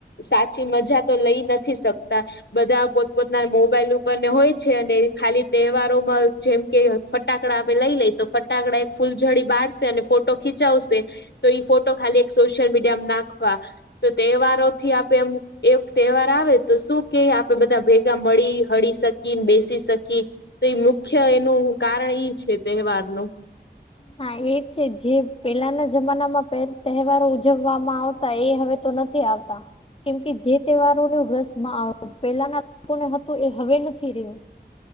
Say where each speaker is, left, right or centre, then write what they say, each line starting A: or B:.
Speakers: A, on the left; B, on the left.
A: સાચી મજા તો લઈ નથી શકતા. બધા પોતપોતના મોબાઈલ ઉપરને હોય છે અને ખાલી તહેવારોમાં જેમ કે. ફટાકડા આપે લઈ લઈ તો ફટાકડા એક ફૂલઝડી બાારશે અને ફોટો ખીચાવશે. તો ફોટો ખાલી એક સોશિયલ મીડિયામાં નાખવા તો તહેવારો. થી આપે એમ એક તહેવાર આવે તો શું કે આપે બધા ભેગા મળી હળી શકી બેસી શકી તો એ મુખ્ય એનું કારણ ઈ છે તહેવાર નું
B: હા એ છે જે પેલાના જમાનામાં તહેવારો ઉજવવામાં આવતા એ હવે તો નથી. નથી આવતા. કેમ કે જે તહેવારોને રસમાં પહેલાના લોકોને હતું એ હવે નથી રહ્યું.